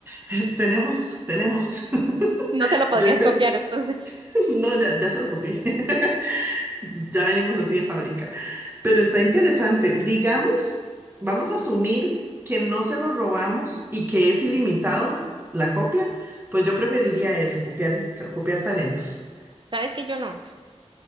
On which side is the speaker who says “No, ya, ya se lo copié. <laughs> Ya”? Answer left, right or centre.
Right